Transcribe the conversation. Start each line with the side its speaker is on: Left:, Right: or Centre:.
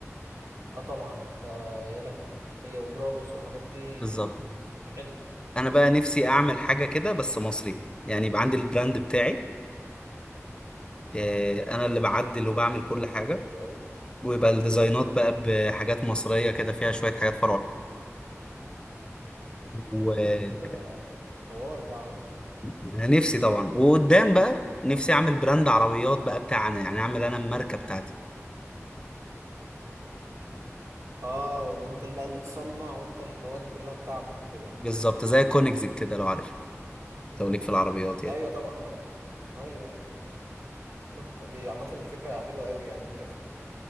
Right: اه طبعا ده يا لهوي هي وبرابوس والحاجات دي
Left: بالظبط
Right: الحلم
Left: انا بقى نفسي اعمل حاجه كده بس مصري يعني يبقى عندي البراند بتاعي آه، انا اللي بعدل
Right: آه،
Left: وبعمل
Right: انت تصدق
Left: كل
Right: دي
Left: حاجه
Right: فكرة حلوة قوي
Left: ويبقى الديزاينات بقى بحاجات مصريه كده فيها شويه حاجات
Right: اوكي
Left: فرعونيه
Right: ايه ده ده حوار ده على فكره
Left: نفسي طبعا وقدام بقى نفسي اعمل براند عربيات بقى بتاعنا يعني اعمل انا الماركه بتاعتي
Right: اه وانت اللي بقى اللي تصنع وانت المواد كلها بتاعتك وكده
Left: بالظبط زي كونيكزك كده لو عارف لو ليك في العربيات يعني
Right: ايوه طبعا طبعا ايوه ايوه ايوه تحفه دي عامه دي فكره حلوه قوي يعني انت